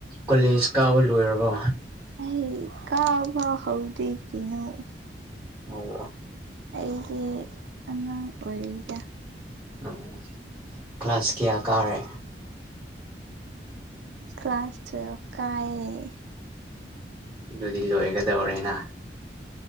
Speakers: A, on the right; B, on the right.
A: ꯀꯣꯂꯦꯖ ꯀꯥꯕ ꯂꯣꯏꯔꯕꯣ꯫
B: ꯑꯩ ꯀꯕ ꯍꯥꯎꯗꯔꯤꯀꯔꯤꯅꫭ꯫
A: ꯑꯣ꯫
B: ꯑꯩꯗꯤ ꯑꯉꯥꯡ ꯑꯣꯏꯔꯤꯗ꯫
A: ꯎꯝ ꯀ꯭ꯂꯥꯁ ꯀꯌꯥ ꯀꯥꯔꯦ꯫
B: ꯀ꯭ꯂꯥꯁ ꯇꯨ ꯀꯥꯏꯌ‌ꯦ꯫
A: ꯑꯗꯨꯗꯤ ꯂꯣꯏꯒꯗꯧꯔꯦꯅ꯫